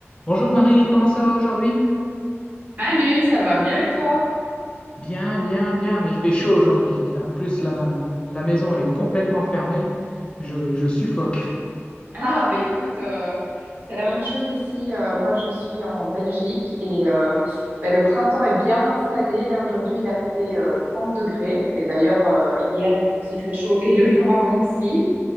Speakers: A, on the left (about 20°); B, on the right (about 40°).
A: Bonjour Marie, comment ça va aujourd'hui?
B: Salut, ça va bien et toi?
A: Bien, bien, bien, mais il fait chaud aujourd'hui. En plus, la, la maison, elle est complètement fermée. Je, je suffoque.
B: Ah, ben écoute, euh, c'est la même chose ici. Euh, moi, je suis en Belgique et euh, ben, le printemps est bien installé. Là, aujourd'hui, il a fait euh, 30 degrés. Et d'ailleurs, euh, hier, il est aussi très chaud et le jour avant aussi.